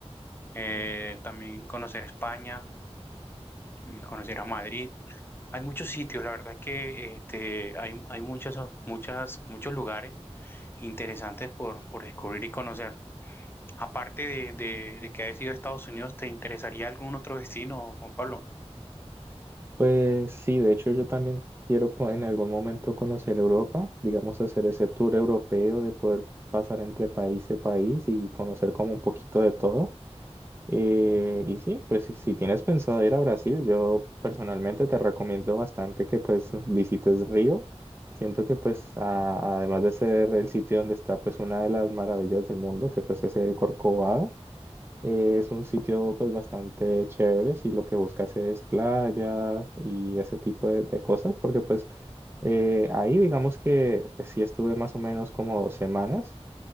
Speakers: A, on the left; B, on the right.
A: eh, también conocer España, eh, conocer a Madrid. Hay muchos sitios, la verdad que este, hay, hay muchos, muchas, muchos lugares interesantes por, por descubrir y conocer. Aparte de, de, de que hayas ido a Estados Unidos, ¿te interesaría algún otro destino, Juan Pablo?
B: Pues sí, de hecho yo también quiero co- en algún momento conocer Europa, digamos hacer ese tour europeo de poder pasar entre país y país y conocer como un poquito de todo. Eh, y sí, pues si, si tienes pensado ir a Brasil, yo personalmente te recomiendo bastante que pues visites Río. Siento que pues a- además de ser el sitio donde está pues una de las maravillas del mundo, que pues es el Corcovado, eh, es un sitio pues bastante chévere si lo que buscas es playa y ese tipo de, de cosas, porque pues eh, ahí digamos que sí estuve más o menos como dos semanas.